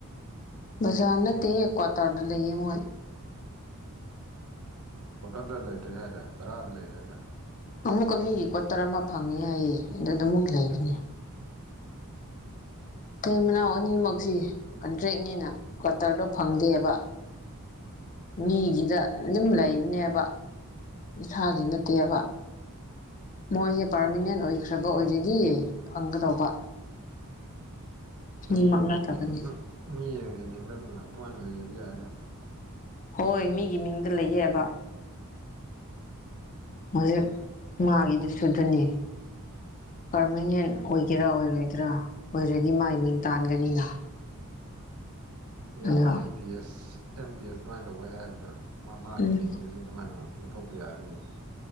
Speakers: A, on the left (about 35°); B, on the right (about 75°).
A: ꯕꯖꯥꯔ ꯅꯠꯇꯦ ꯀ꯭ꯋꯥꯇꯔꯗ ꯂꯩꯌꯦ ꯃꯣꯏ
B: ꯀꯣꯇꯟꯗ ꯂꯩꯇ꯭ꯔꯤ ꯍꯥꯏꯗꯅ ꯕꯔꯥꯗ ꯂꯩ ꯍꯥꯏꯗꯥꯏ
A: ꯑꯃꯨꯛꯀ ꯃꯤ ꯀꯣꯇꯔ ꯑꯃ ꯐꯪꯉꯦ ꯍꯥꯏꯌꯦ ꯑꯗꯨꯗꯨ ꯑꯃꯨꯛ ꯂꯩꯕꯅꯤ
B: <inaudible>
A: ꯃꯇꯩ ꯃꯅꯥꯎ ꯑꯅꯤꯃꯛꯁꯤ ꯀꯟꯇ꯭ꯔꯦꯛꯅꯤꯅ ꯀ꯭ꯋꯥꯇꯔꯗꯣ ꯐꯪꯗꯦꯕ ꯃꯤꯒꯤꯗ
B: ꯎꯝ
A: ꯑꯗꯨꯝ ꯂꯩꯕꯅꯦꯕ ꯃꯁꯥꯒꯤ ꯅꯠꯇꯦꯕ ꯃꯣꯏꯁꯦ ꯄꯥꯔꯃꯤꯅꯦꯟ ꯑꯣꯏꯈ꯭ꯔꯕ ꯑꯣꯏꯔꯗꯤ ꯐꯪꯒꯗꯧꯕ ꯑꯅꯤꯃꯛ
B: ꯃꯤꯒꯤ
A: ꯅꯠꯇꯕꯅꯤꯅ
B: ꯃꯤꯡꯗ ꯃꯤꯒꯤ ꯃꯤꯡꯗ ꯑꯗꯨꯝ ꯑꯗꯨꯃꯥꯏ ꯂꯩꯔꯗꯤ ꯌꯥꯏꯗ
A: ꯍꯣꯏ ꯃꯤꯒꯤ ꯃꯤꯡꯗ ꯂꯩꯌꯦꯕ ꯍꯧꯖꯤꯛ ꯃꯥꯒꯤꯗꯨꯁꯨ ꯑꯗꯨꯅꯤ ꯄꯥꯔꯃꯅꯦꯟ ꯑꯣꯏꯒꯦꯔꯥ ꯑꯣꯏꯔꯣꯏꯗ꯭ꯔꯥ ꯑꯣꯏꯔꯗꯤ ꯃꯥꯒꯤ ꯃꯤꯡ ꯇꯥꯟꯒꯅꯤꯅ
B: ꯏꯌꯥꯝꯕ
A: ꯑꯗꯣ
B: M T S M T S ꯑꯗꯨꯃꯥꯏꯅ ꯇꯧꯏ ꯍꯥꯏꯕꯗꯣ ꯃꯥ ꯃꯥꯒꯤ
A: ꯎꯝ
B: ꯃꯤꯡꯗꯨ ꯑꯗꯨ ꯑꯗꯨꯃꯥꯏꯅ ꯂꯧꯊꯣꯛꯄꯔꯅ‌ꯦꯕ